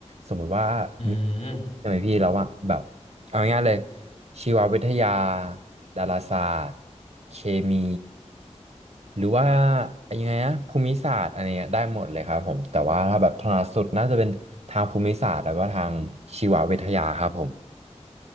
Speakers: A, on the right; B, on the left.
A: สมมุติว่ามี
B: อืม
A: ใช่ไหมพี่แล้วอะแบบเอาง่ายๆเลยชีววิทยาดาราศาสตร์เคมีหรือว่ายังไงนะภูมิศาสตร์อะไรเงี้ยได้หมดเลยครับผมแต่ว่าถ้าแบบถนัดสุดน่าจะเป็นทางภูมิศาสตร์แล้วก็ทางชีววิทยาครับผม